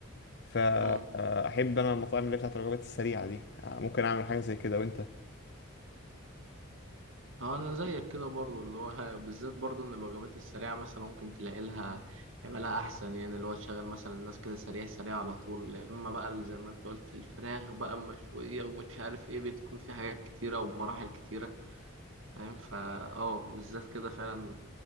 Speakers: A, on the left; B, on the right.
A: فأحب
B: ايه
A: أنا المطاعم اللي هي بتاعت الوجبات السريعة دي يعني ممكن أعمل حاجة زي كده وأنت
B: اه انا زيك كده برضو اللي هو <laughs> بالذات برضو ان الوجبات السريعه مثلا ممكن تلاقي لها عملها احسن يعني اللي هو تشغل مثلا الناس كده سريع سريع على طول يا اما بقى اللي زي ما انت قلت الفراخ بقى مشويه ومش عارف ايه بتكون في حاجات كتيره ومراحل كتيره فاهم فا اه بالذات كده فعلا